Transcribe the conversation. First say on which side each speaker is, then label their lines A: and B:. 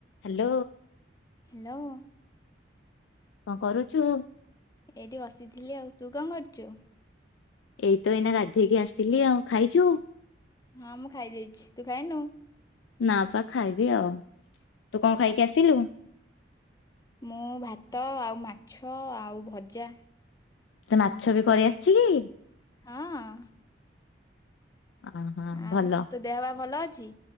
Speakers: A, on the left; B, on the left.
A: Hello
B: hello.
A: କଣ କରୁଚୁ?
B: ଏଇଠି ବସିଥିଲି ଆଉ ତୁ କଣ କରୁଚୁ?
A: ଏଇ ତ ଏଇନା ଗାଧେଇକି ଆସିଲି ଆଉ ଖାଇଛୁ।
B: ହଁ ମୁଁ ଖାଇ ଦେଇଛି ତୁ ଖାଇନୁ?
A: ନାଁପା ଖାଇବି ଆଉ
B: <unintelligible>
A: ତୁ କଣ ଖାଇକି ଆସିଲୁ?
B: ମୁଁ ଭାତ। ଭାତ ଆଉ ମାଛ ଆଉ ଭଜା।
A: ତତେ ମାଛ ବି କରିଆସିଛି କି?
B: ହଁ
A: ଅହଁ
B: ଆଉ
A: ଭଲ
B: ତୋ ଦେହପା ଭଲ ଅଛି?